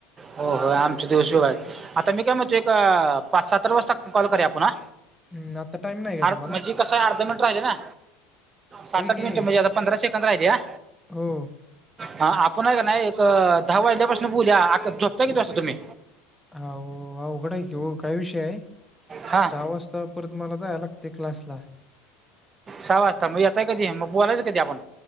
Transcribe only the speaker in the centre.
हं, आता टाईम नाही काय
तुम्हाला?
होय
की
हो.
अहो अवघड आहे की ओ, काय विषय हाय.
सहा वाजता परत मला, जाय लागतंय क्लासला.